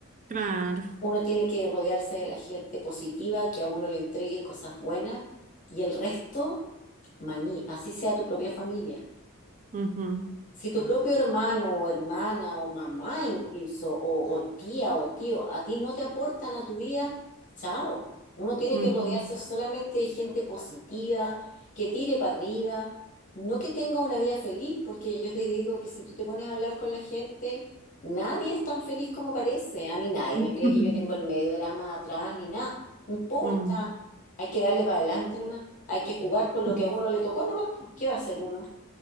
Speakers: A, on the right (about 35°); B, on the left (about 35°).
A: Claro.
B: Uno tiene que rodearse de la gente positiva, que a uno le entregue cosas buenas, y el resto, maní, así sea tu propia familia.
A: Ujú,
B: Si tu propio hermano o hermana o mamá incluso, o, o tía o tío, a ti no te aportan a tu vida, chao. Uno tiene
A: ujú.
B: que rodearse solamente de gente positiva, que tire para arriba, no que tenga una vida feliz, porque yo te digo que si tú te pones a hablar con la gente, nadie es tan feliz como parece. A mí nadie
A: <laughs>
B: me cree que yo tengo el medio drama atrás ni nada. No importa,
A: Mm.
B: hay que darle para adelante nomás, hay que jugar con lo
A: <laughs>
B: que a uno le tocó nomás, pues, ¿qué va a hacer uno?